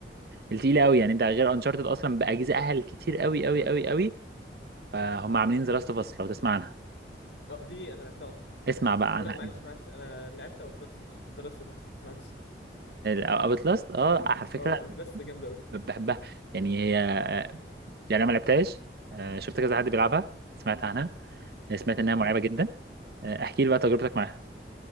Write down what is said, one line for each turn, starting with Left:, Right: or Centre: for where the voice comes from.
Right: التقيله قوي يعني انت غير انشارتد اصلا باجزائها الكتير قوي قوي قوي قوي فهم عاملين
Left: مم.
Right: ذا لاست اوف اس لو تسمع عنها
Left: اه دي انا لعبتها اصلا
Right: اسمع بقى
Left: او
Right: عنها
Left: لا معلش
Right: ايوه
Left: معلش انا لعبت اوت لاست مش درست بس معلش
Right: اوت لاست اه على فكره
Left: اه اوت لاست جامده قوي
Right: ب- بحبها يعني هي آه، يعني انا ما لعبتهاش آه، شفت كذا حد بيلعبها سمعت عنها سمعت انها
Left: مم.
Right: مرعبه جدا آه، احكي لي بقى تجربتك معاها